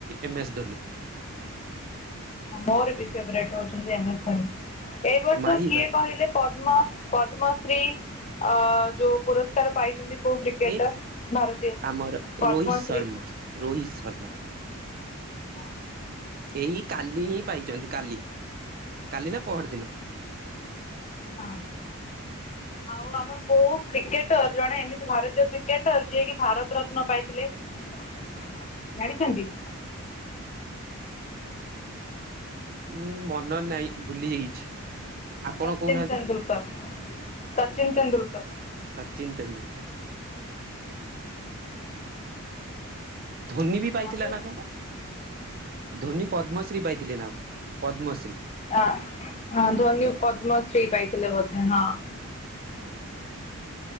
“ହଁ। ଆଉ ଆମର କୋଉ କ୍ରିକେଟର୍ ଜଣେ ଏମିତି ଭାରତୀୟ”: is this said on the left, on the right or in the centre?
Left